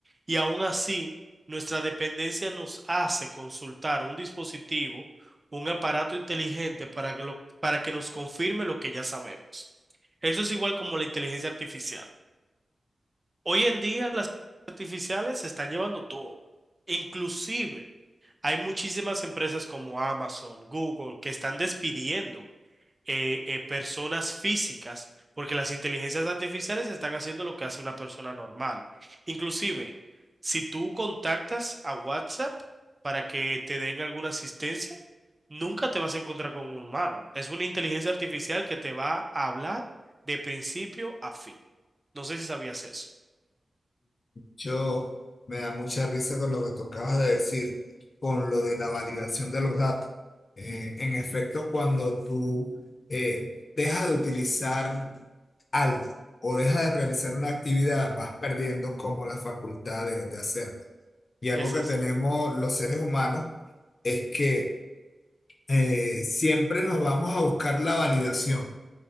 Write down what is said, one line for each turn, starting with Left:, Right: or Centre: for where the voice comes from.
Right: y aún así nuestra dependencia nos hace consultar un dispositivo, un aparato inteligente para que, lo- para que nos confirme lo que ya sabemos. Eso es igual como la inteligencia artificial. Hoy en día las artificiales se están llevando todo. Inclusive hay muchísimas empresas como Amazon, Google, que están despidiendo eh, eh, personas físicas, porque las inteligencias artificiales están haciendo lo que hace una persona normal. Inclusive, si tú contactas a WhatsApp para que te den alguna asistencia, nunca te vas a encontrar con un humano. Es una inteligencia artificial que te va a hablar de principio a fin. No sé si sabías eso.
Left: Yo me da mucha risa con lo que tú acabas de decir, con lo de la validación de los datos. Eh, en efecto, cuando tú eh, dejas de utilizar algo o dejas de realizar una actividad, vas perdiendo como la facultad de, de hacerlo. Y algo
Right: Es
Left: que
Right: así.
Left: tenemos los seres humanos es que eh, siempre nos vamos a buscar la validación